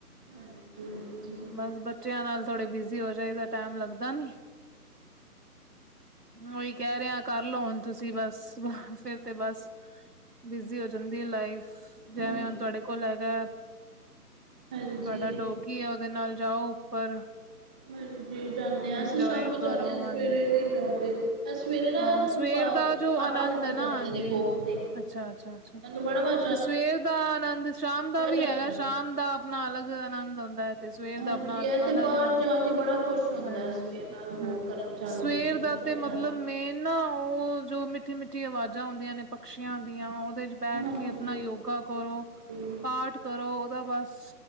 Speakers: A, in the centre; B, on the right (about 80°).
A: ਹਾਂਜੀ, ਹਾਂਜੀ,
B: ਬਸ ਬੱਚਿਆਂ ਨਾਲ ਥੋੜੇ ਬਿਜ਼ੀ ਹੋ ਜਾਈ ਦਾ ਟੈਮ ਲੱਗਦਾ ਨੀ ਉਹੀ ਕਹਿ ਰਿਹਾ ਕਰ ਲੋ ਹੁਣ ਤੁਸੀਂ ਬਸ ਫੇਰ ਤੇ ਬਸ ਬਿਜ਼ੀ ਹੋ ਜਾਂਦੀ ਲਾਈਫ ਜਿਵੇਂ
A: ਹਾਂਜੀ।
B: ਹੁਣ ਤੁਹਾਡੇ ਕੋਲ ਹੈਗਾ
A: ਹਾਂਜੀ,
B: ਤੁਹਾਡਾ ਡੋਗੀ ਹੈ ਉਹਦੇ ਨਾਲ ਜਾਓ ਉੱਪਰ
A: ਹਾਂਜੀ ਜਾਨੇ ਹਾਂ
B: ਇੰਜੋਏ
A: ਅਸੀਂ ਸ਼ਾਮੀ
B: ਕਰੋ
A: ਜਾਨੇ ਹਾਂ ਸਵੇਰੇ
B: ਹਾਂਜੀ
A: ਨਹੀਂ ਜਾਣਦੇ ਸਵੇਰੇ ਨਾ
B: ਹਾਂ
A: ਨੂੰ
B: ਸਵੇਰ
A: ਪਾਪਾ
B: ਦਾ ਜੋ ਆਨੰਦ
A: ਲੈ ਕੇ
B: ਹੈ ਨਾ
A: ਜਾਂਦੇ
B: ਹਾਂਜੀ
A: ਨੇ ਵੋਕ ਤੇ
B: ਅੱਛਾ ਅੱਛਾ ਅੱਛਾ
A: ਇਹਨੂੰ ਬੜਾ ਮਾ
B: ਤੇ ਸਵੇਰ ਦਾ ਆਨੰਦ ਸ਼ਾਮ ਦਾ ਵੀ
A: ਜਾਂਦਾ।
B: ਹੈਗਾ ਸ਼ਾਮ ਦਾ ਆਪਣਾ ਅਲੱਗ ਆਨੰਦ ਆਉਂਦਾ ਤੇ ਸਵੇਰ
A: ਹਾਂਜੀ
B: ਦਾ ਆਪਣਾ
A: ਇਹ ਤੇ
B: ਅਲਗ
A: ਬਾਹਰ
B: ਆਨੰਦ
A: ਜਾ ਕੇ ਬੜਾ ਖੁਸ਼ ਹੁੰਦਾ
B: ਹਾਂਜੀ
A: ਸਵੇਰ ਨਾਲ ਵੋਕ
B: ਹਮ
A: ਕਰਨ ਚੱਲ
B: ਸਵੇਰ
A: ਚਲਾ
B: ਦਾ
A: ਜਾਂਦਾ।
B: ਤੇ ਮਤਲਬ ਮੇਨ ਨਾ ਉਹ ਜੋ ਮਿੱਠੀ ਮਿੱਠੀ ਆਵਾਜ਼ਾਂ ਹੁੰਂਦੀਆਂ ਨੇ ਪਕਸ਼ੀਆਂ ਦੀਆਂ ਦੇ ਚ ਬੈਠ
A: ਹਾਂਜੀ-ਹਾਂਜੀ,
B: ਕੇ ਆਪਣਾ ਯੋਗਾ ਕਰੋ
A: ਹਾਂਜੀ
B: ਪਾਠ ਕਰੋ ਉਹਦਾ ਬਸ